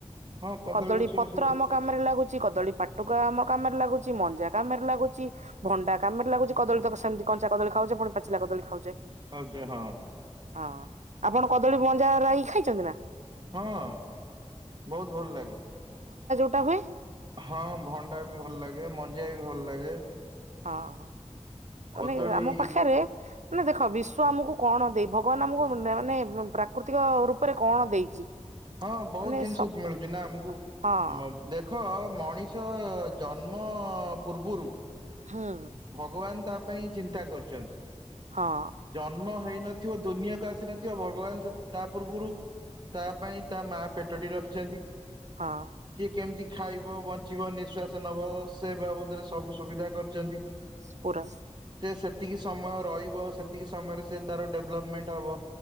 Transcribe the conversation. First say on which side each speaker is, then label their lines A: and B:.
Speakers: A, on the right; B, on the right.
A: ହଁ
B: କଦଳୀ
A: ଗଛ
B: ପତ୍ର
A: ବି ସେଇଆ
B: ଆମ କାମରେ ଲାଗୁଛି, କଦଳୀ ପାଟୁକା ଆମ କାମରେ ଲାଗୁଛି, ମଞ୍ଜା କାମରେ ଲାଗୁଛି, ଭଣ୍ଡା କାମରେ ଲାଗୁଛି, କଦଳୀତକ ସେମିତି କଞ୍ଚା କଦଳ ଖାଉଚେ, ପୁଣି ପାଚିଲା କଦଳୀ ଖାଉଚେ।
A: ଖଉଚେ ହଁ ।
B: ହଁ, ଆପଣ କଦଳୀ ମଞ୍ଜା ରାଇ ଖାଇଛନ୍ତି ନା?
A: ହଁ, ବହୁତ ଭଲ ଲାଗେ।
B: ଟା ହୁଏ ।
A: ହଁ ଭଣ୍ଡା ବି ଭଲ ଲାଗେ, ମଞ୍ଜିଆ ବି ଭଲ ଲାଗେ।
B: ହଁ। ମାନେ
A: କଦଳୀ
B: ଆମ ପାଖରେ ମାନେ ଦେଖ ବିଶ୍ବ ଆମକୁ କଣ ଦେଇ, ଭଗବାନ ଆମକୁ ମାନେ ପ୍ରାକୃତିକ ରୂପରେ କଣ ଦେଇଛି?
A: ହଁ ବହୁତ
B: ମାନେ
A: ଜିନିଷ
B: ସବୁ
A: ମିଳୁଛି ନା ଆମକୁ
B: ହଁ
A: ମ ଦେଖ ମଣିଷ ଜନ୍ମ ପୂର୍ବରୁ
B: ହୁଁ
A: ଭଗବାନ ତା ପାଇଁ ଚିନ୍ତା କରିଛନ୍ତି।
B: ହଁ
A: ଜନ୍ମ ହେଇ ନଥିବ ଦୁନିଆକୁ ଆସି ନଥିବ ଭଗବାନ ତା ପୂର୍ବରୁ ତା ପାଇଁ ତା ମା ପେଟଟି ରଖିଛନ୍ତି
B: ହଁ
A: ସିଏ କେମିତି ଖାଇବ, ବଞ୍ଚିବ, ନିଶ୍ୱାସ ନେବ ସ ସେ ବାବଦରେ ସବୁ ସୁବିଧା କରିଛନ୍ତି।
B: ସ୍ପୁରସ।
A: ସେ ସେତିକି ସମୟ ରହିବ ସେତିକି ସମୟରେ ସେ ତାର ଡେଭଲପମେଣ୍ଟ ହେବ